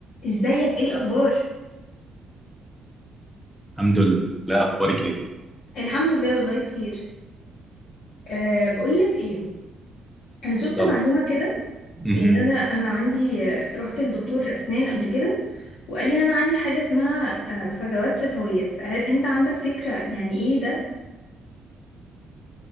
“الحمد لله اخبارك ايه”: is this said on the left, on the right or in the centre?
Centre